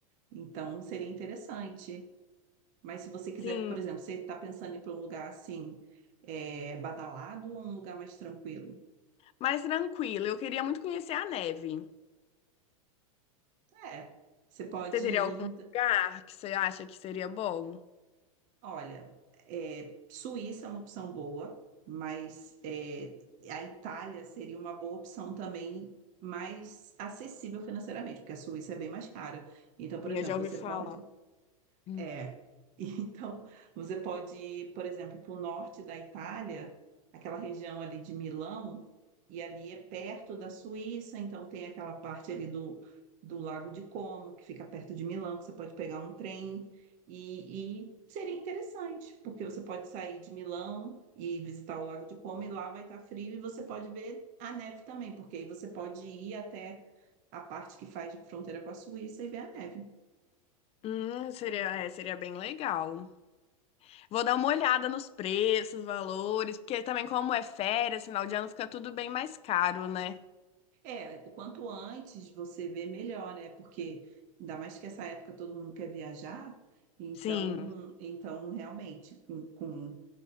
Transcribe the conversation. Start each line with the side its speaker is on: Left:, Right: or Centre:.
Right: Então, seria interessante. Mas se você quiser,
Left: Sim,
Right: por exemplo, você está pensando em ir para um lugar assim, é, badalado ou um lugar mais tranquilo?
Left: mais tranquilo. Eu queria muito conhecer a neve.
Right: É, você pode
Left: Você teria
Right: ir.
Left: algum
Right: em-
Left: lugar que você acha que seria bom?
Right: Olha, é, Suíça é uma opção boa, mas é, a Itália seria uma boa opção também, mais acessível financeiramente, porque a Suíça é bem mais cara. Então, por
Left: Sim,
Right: exemplo,
Left: eu já ouvi
Right: você
Left: falar.
Right: pode.
Left: Hum,
Right: É. <laughs> Então, você pode ir, por exemplo, para o norte da Itália, aquela região ali de Milão, e ali é perto da Suíça, então tem aquela parte ali do, do Lago de Como, que fica perto de Milão, que você pode pegar um trem, e, e seria interessante, porque você pode sair de Milão e visitar o Lago de Como, e lá vai estar frio, e você pode ver a neve também, porque aí você pode ir até a parte que faz de fronteira com a Suíça e ver a neve.
Left: Hum, seria, é, seria bem legal. Vou dar uma olhada nos preços, valores, porque também como é férias, final de ano fica tudo bem mais caro, né?
Right: É, o quanto antes você vê, melhor, né? Porque ainda mais que essa época todo mundo quer viajar, então,
Left: Sim.
Right: então realmente, com, com,